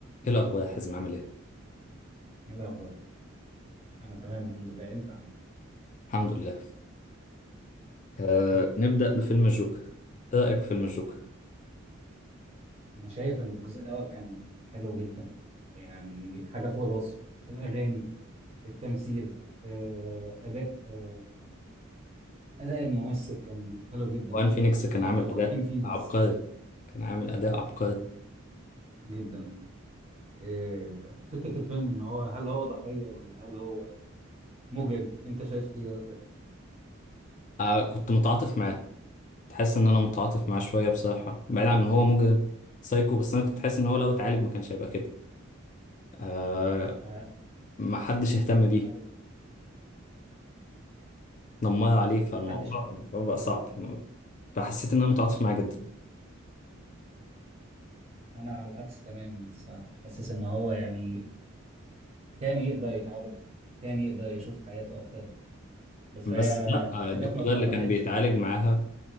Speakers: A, on the left (about 35°); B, on the right (about 30°).
A: ايه الاخبار يا حازم عامل ايه
B: ايه الاخبار انا تمام الحمد لله انت عامل ايه
A: الحمد لله آه نبدا
B: انا
A: بفيلم الجوكر ايه رايك في فيلم الجوكر
B: أنا شايف ان الجزء الاول كان حلو جدا يعني حاجه فوق الوصف الاغاني التمثيل آه، اداء آه، اداء الممثل كان حلو جدا
A: وان فينيكس كان
B: ده
A: عامل
B: خواكين
A: اداء
B: فينيكس
A: عبقري كان عامل اداء عبقري
B: جدا آه، فكره الفيلم ان هو هل هو ضحيه ولا هل هو مجرم انت شايف ايه
A: آه كنت متعاطف معاه تحس ان انا متعاطف معاه شويه بصراحه بعيد عن ان هو مجرم سايكو بس انا كنت حاسس ان هو لو اتعالج ما كانش هيبقى كده آه
B: آه،
A: ما حدش اهتم بيه
B: انا ب-
A: دمر عليه فالموضوع
B: محدش
A: الموضوع بقى صعب فحسيت ان انا متعاطف معاه جدا
B: انا على العكس تماما الصراحه حاسس ان هو يعني كان يقدر يتعالج كان يقدر يشوف حياته اكتر بس
A: بس
B: هي
A: لا آه، الدكتوره
B: حاجات ما توضحتش
A: اللي كان بيتعالج معاها